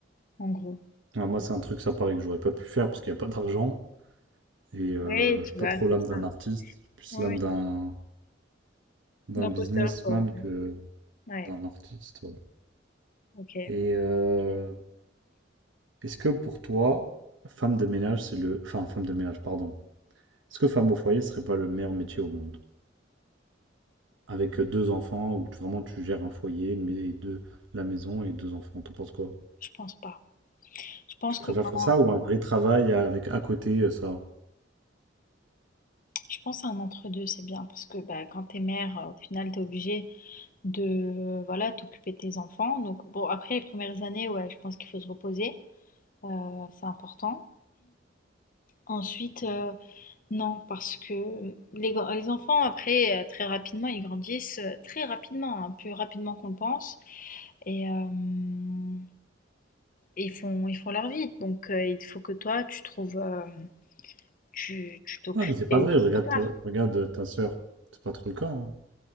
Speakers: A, on the left; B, on the right.
A: en gros.
B: Ah, moi, c'est un truc, ça paraît que j'aurais pas pu faire parce qu'il n'y a pas d'argent. Et euh,
A: Oui,
B: j'ai
A: tu
B: pas
A: vois,
B: trop l'âme
A: c'est ça.
B: d'un artiste. J'ai plus
A: Oui,
B: l'âme
A: oui.
B: d'un d'un
A: L'imposteur,
B: businessman
A: quoi.
B: que
A: Ouais,
B: d'un artiste. ouais.
A: ok.
B: Et euh, est-ce que pour toi, femme de ménage, c'est le. Enfin, femme de ménage, pardon. Est-ce que femme au foyer serait pas le meilleur métier au monde? Avec deux enfants, où vraiment tu gères un foyer, une mais- et deux, la maison et deux enfants. T'en penses quoi?
A: Je pense pas. Je pense
B: Tu préfères
A: que quand...
B: faire ça ou un vrai travail avec à côté euh, ça?
A: Je pense à un entre-deux, c'est bien. Parce que bah, quand t'es mère, euh, au final, t'es obligée de euh, voilà, t'occuper de tes enfants. Donc, bon, après les premières années, ouais, je pense qu'il faut se reposer. Euh, c'est important. Ensuite, heu, non, parce que les grands les enfants après, heu, très rapidement, ils grandissent, heu, très rapidement, hein, plus rapidement qu'on le pense et hem et ils font ils font leur vie. Donc heu, il faut que toi, tu trouves, hem, tu tu t'occupes
B: Ah, mais c'est pas
A: et
B: vrai, regarde
A: c'est trop tard.
B: ta, regarde euh, ta sœur. C'est pas trop le cas, hein.